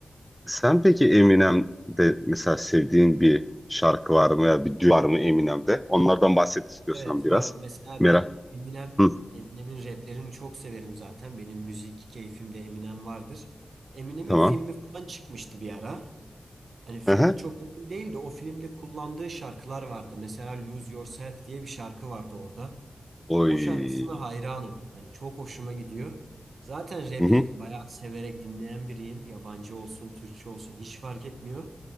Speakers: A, in the centre; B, on the right.
A: sen peki Eminem'de mesela sevdiğin bir şarkı var mı ya bir düet var mı Eminem'de? Onlardan bahset istiyorsan
B: Evet
A: biraz.
B: var. Mesela
A: Merak.
B: ben Eminem,
A: Hı,
B: Eminem'in raplerini çok severim zaten. Benim müzik keyfimde Eminem vardır. Eminem'in
A: tamam.
B: filmi falan çıkmıştı bir ara. Hani filmi
A: Aha.
B: çok önemli değil de o filmde kullandığı şarkılar vardı. Mesela Lose Yourself diye bir şarkı vardı orada.
A: Oy.
B: O şarkısına hayranım. Hani çok hoşuma gidiyor. Zaten rap'i
A: Hı hı.
B: bayağı severek dinleyen biriyim. Yabancı olsun, Türkçe olsun hiç fark etmiyor.